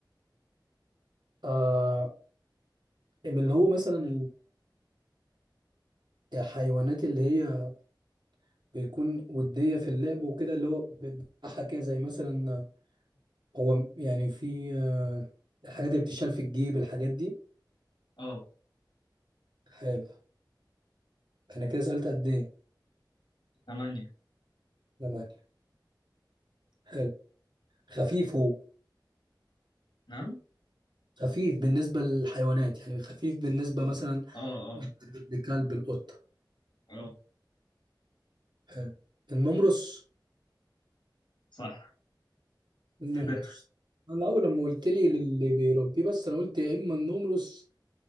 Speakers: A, on the right; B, on the left.
A: آه من اللي هو مثلا الحيوانات اللي هي بيكون ودية في اللعب وكده اللي هو بتضحك كده زي مثلا هو يعني في آه الحاجات اللي بتشال في الجيب الحاجات دي
B: اه
A: حلو انا كده سألت قد ايه
B: ثمانية
A: زمان حلو خفيف هو
B: نعم
A: خفيف بالنسبة للحيوانات يعني خفيف بالنسبة مثلا
B: اه آه.
A: لكلب القطة
B: اه
A: حلو النمرس
B: صح
A: النمرس
B: ايه ده
A: انا اول لما قلت لي للي بيربيه بس انا قلت يا اما النمرس